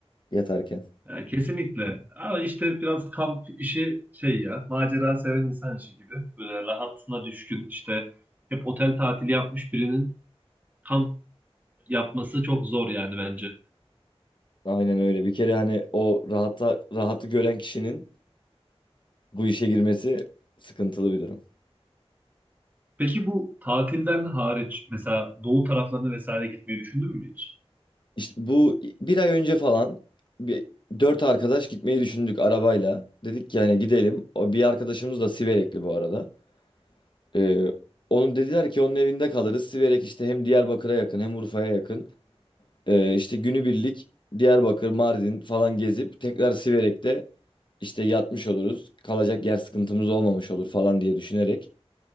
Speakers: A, on the left; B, on the right.
A: yatarken.
B: Ya, kesinlikle. Ama işte biraz kamp işi şey ya macera seven insan işi gibi. Böyle rahatına düşkün işte hep otel tatili yapmış birinin kamp yapması çok zor yani bence.
A: Aynen öyle. Bir kere hani o rahata rahatı gören kişinin bu işe girmesi sıkıntılı bir durum.
B: Peki bu tatilden hariç mesela doğu taraflarına vesaire gitmeyi düşündün mü hiç?
A: İşte bu bir ay önce falan bir dört arkadaş gitmeyi düşündük arabayla. Dedik ki hani gidelim. O bir arkadaşımız da Siverekli bu arada. Ee, onun dediler ki onun evinde kalırız. Siverek işte hem Diyarbakır'a yakın hem Urfa'ya yakın. Ee, işte günübirlik Diyarbakır, Mardin falan gezip tekrar Siverek'te işte yatmış oluruz. Kalacak yer sıkıntımız olmamış olur falan diye düşünerek